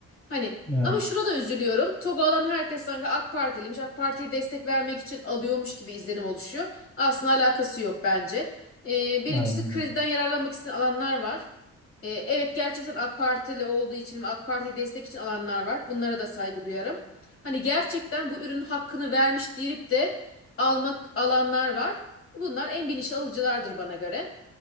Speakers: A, on the left; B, in the centre.
A: Hani
B: evet.
A: ama şuna da üzülüyorum. Togolan herkes sanki AK Partiliymiş. AK Parti'ye destek vermek için alıyormuş gibi izlenim oluşuyor. Aslında alakası yok bence. Ee, birincisi
B: Aynen
A: krediden
B: öyle.
A: yararlanmak isteyen alanlar var. E, evet gerçekten AK Partili olduğu için ve AK Parti'yi destek için alanlar var. Bunlara da saygı duyarım. Hani gerçekten bu ürünün hakkını vermiş deyip de almak alanlar var. Bunlar en bilinçli alıcılardır bana göre.